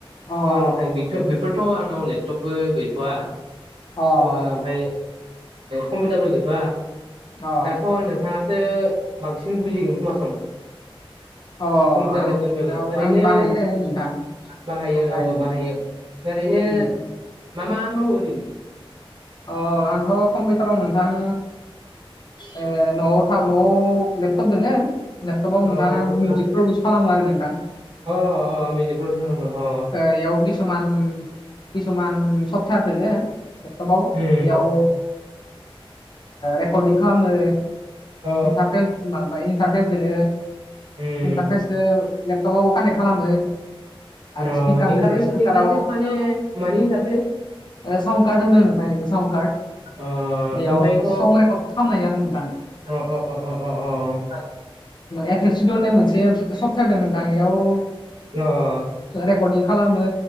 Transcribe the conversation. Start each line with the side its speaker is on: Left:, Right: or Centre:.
Left: अ अ
Right: नोंथां बेथ' बेफोरथ' आंनाव लेपटपबो गैथ'वा
Left: अ
Right: ओमफ्राय कम्पिउटारफोर गैथ'
Left: अ
Right: दाथ' नोंथाङासो बांसिन बुजिगोन खोमासं
Left: अ
Right: कम्पिउटार
Left: आंनाव
Right: लेपटप
Left: आं
Right: नि
Left: बाहायो नोंथां
Right: बागै ओरैनो
Left: बाहायनो
Right: आ बाहायो अ बाहायो ओरैनो
Left: उम, उम।
Right: मा मा मावो ओरैनो
Left: अ आंथ' कम्पिउटाराव नोंथां ओ न'वाव थानो न'वाव लेपतप दङो लेपटपाव नोंथां
Right: अ लेपटपफोराव
Left: आं मिउजिक प्रडिउस खालामो आरो नोंथां
Right: अ अ मिउजिकफोर अ अ
Left: बेयाव किसुमान कसुमान सपयेत दं बेयाव
Right: उम उम
Left: रेकर्डिं खालामो आरो
Right: अ
Left: इन्टारेस इन्टारफेस दं
Right: उम
Left: इन्टारफेसखौ लेपटप आव कानेक खालामो आरो
Right: अ
Left: स्पिकार
Right: इन्टारभ
Left: दोङो स्पिकाराव
Right: इारभस मानि मानि इटारभेस
Left: साउन्ड कार्ड होनबाय नोंथां साउड कार्ड
Right: अ
Left: बेयाव
Right: ओमफ्रायथ'
Left: सं रेकर्ड खालामनाय आरो नोंथां।
Right: अ अ अ अ अ अ।
Left: एकबस द होननाय मोनसे सप्थार द नथां बेयाव
Right: अ औ
Left: रेकर्डिं खालामो